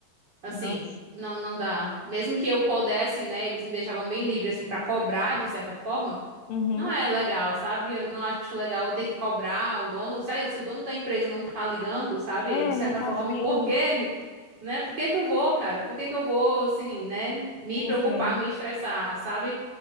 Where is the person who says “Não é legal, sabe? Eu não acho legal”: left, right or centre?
Right